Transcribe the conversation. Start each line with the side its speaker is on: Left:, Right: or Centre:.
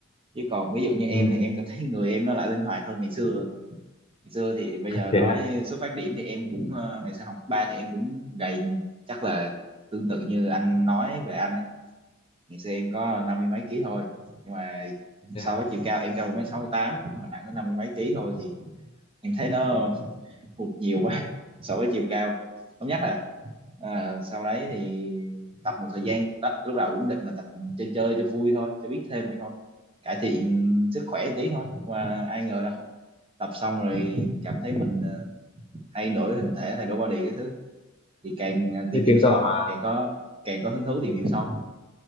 Right: Chứ còn ví dụ như em
Left: ừ
Right: thì em cảm thấy người em nó lại linh hoạt hơn ngày xưa ngày xưa thì bây giờ
Left: thế
Right: nói
Left: hả
Right: xuất phát điểm thì em cũng ờ, ngày xưa học cấp ba thì em cũng gầy chắc là tương tự như anh nói về anh ấy. ngày xưa em có năm mươi mấy ký thôi nhưng mà
Left: Dạ.
Right: so với chiều cao em cao một mét sáu mươi tám mà nặng có năm mươi mấy ký thôi thì em thấy nó hụt nhiều quá <laughs> so với chiều cao không nhất là à, sau đấy thì tập một thời gian đó lúc đầu cũng định là tập chơi chơi cho vui thôi cho biết thêm vậy thôi cải thiện sức khỏe một tí thôi mà ai ngờ đâu tập xong rồi cảm thấy mình ờ, thay đổi hình thể thay đổi body cái thứ thì càng à, tìm
Left: thế
Right: hiểu
Left: chứng
Right: sâu
Left: tỏ là
Right: càng có càng có hứng thú tìm hiểu sâu